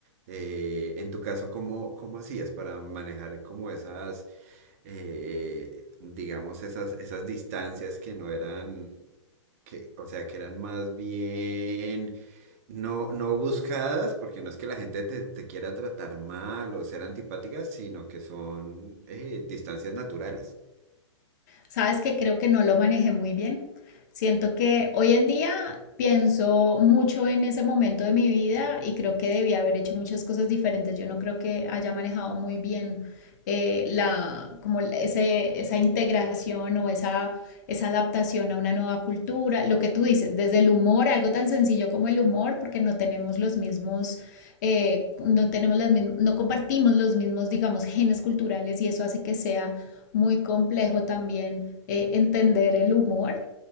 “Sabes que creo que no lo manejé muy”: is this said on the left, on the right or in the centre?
Left